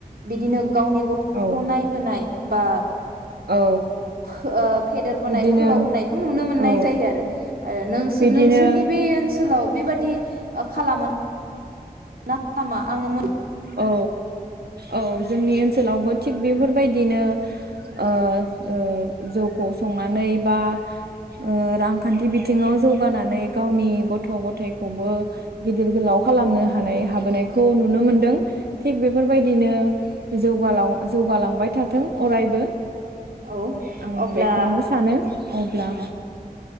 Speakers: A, on the right (about 70°); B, on the right (about 85°).
A: बिदिनो गावनि गथ'फोरखौ
B: औ
A: नायबोनाय बा
B: औ
A: फो ओ फेदेरबोनाय
B: बिदिनो
A: फोलावबोनायखौ नुनो मोननाय
B: औ
A: जायो आरो नों
B: बिदिनो
A: नोंसोरनि बे ओनसोल सोलाव बेबायादि ओ खालामोन नामा आं मोन
B: औ औ जोंनि ओनसोलावबो थिग बेफोरबायदिनो ओ ओ जौखौ संनानै बा ओ रांखान्थि बिथिङाव जौगानानै गावनि गथ' गथायखौबो गिदिर गोलाव खालामनो हानाय हाबोनायखौ नुनो मोनदों। थिग बेफोरबायदिनो जौगालाव जौगालांबाय थाथों अरायबो
A: औ
B: आं
A: अब्ला
B: बेखौनो सानो अब्ला
A: अ